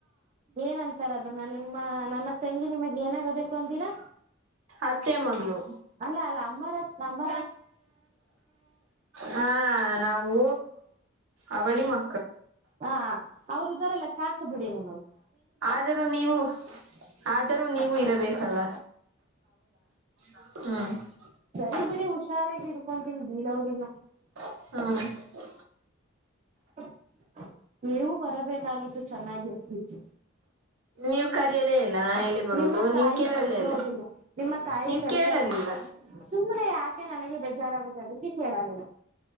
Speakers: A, on the right; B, on the right.
A: ಏನಂತಾರ ಅದನ್ನ ನಿಮ ಮ್ಮ ನನ್ನ ತಂಗಿ ನಿಮಗ್ ಏನಾಗಬೇಕು ಅಂತೀರಾ
B: ಅತ್ತೆ ಮಗಳು
A: ಅಲ್ಲ ಅಲ್ಲ ಅಮ್ಮ ಅಮ್ಮ
B: ಹಾ ನಾವು ಅವಳಿ ಮಾ
A: ಹಾ ಅವ್ರು ಇದಾರೆಲ್ಲ ಸಾಕ್ ಬಿಡಿ ನಿ
B: ಆದರೂ ನೀವು ಆದರೂ ನೀವು ಇರಬೇಕಲ್ಲ ಹ್ಮ್
A: ಬರಿೀ ಬಿಡಿ ಹುಷಾರಾಗಿ ಇಡ್ಕೊಂತೀನಿ ಬೀಳೋದಿಲ್ಲ
B: ಹ್ಮ
A: ಹ ನೀವು ಬರಬೇಕಾಗಿತ್ತು ಚೆನ್ನಾಗಿರ್ತಿತ್ತು
B: ನೀವು ಕರೆಯಲೇ ಇಲ್ಲ ನಾನು ಎಲ್ಲಿ ಬರುವುದು
A: ನಿಮ್ಮ ತಾಯಿ
B: ನೀವು ಕೇಳಲೇ
A: ಕಳ್ಸ
B: ಇಲ್ಲ
A: ಹೋದಿಲ್ಲ ನಿಮ್ಮ ತಾಯಿ
B: ನೀವು
A: ಕೆಳ್ಸಲ್ಲ
B: ಕೇಳಲಿಲ್ಲ
A: ಸುಮ್ಮ್ನೆ ಯಾಕ ಅೆ ನನಗೆ ಬೇಜಾರಾಗುತ್ತೆ ಅದಕ್ಕೆ ಕೇಳಲಿಲ್ಲ